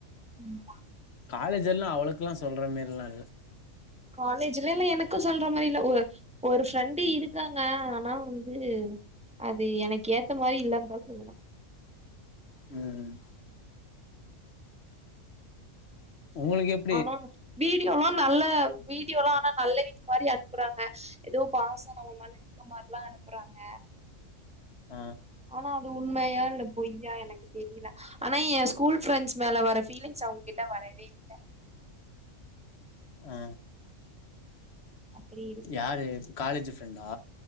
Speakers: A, in the centre; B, on the left (about 55°).
A: ம்மா
B: காலேஜெல்லா அவளுக்கெல்லா சொல்ற மேரில்லா இல்ல
A: காலேஜ்ல எனக்கு சொல்ற மாரி இல்ல ஒரு ஒரு ஃப்ரெண்டு இருக்காங்க ஆனா வந்து அது எனக்கு ஏத்த மாரி இல்லன் தா சொல்லுவே
B: ம் உங்களுக்கு எப்
A: ஆனா வீடியோல்லா நல்ல வீடியோல்லா ஆனா நல்லவீங்க மாரி அனுப்புறாங்க ஏதோ பாசனங்க மாரி இருக்க மார்லா அனுப்புறாங்க
B: ஆ
A: ஆனா அது உண்மையா இல்ல பொய்யா எனக் தெர்ல ஆனா என் ஸ்கூல் ஃப்ரெண்ட்ஸ் மேல வர ஃபீலிங்ஸ் அவங்ககிட்ட வரவே இல்ல
B: ம் ஆ
A: அப்டி இருக்கு
B: யாரு காலேஜி ஃப்ரெண்டா